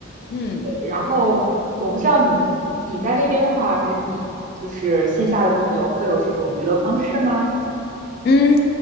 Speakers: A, on the left; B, on the right.
A: 嗯嗯
B: 然后我不知道你你在那边的话，跟你就是线下的朋友会有这种娱乐方式吗？
A: 嗯，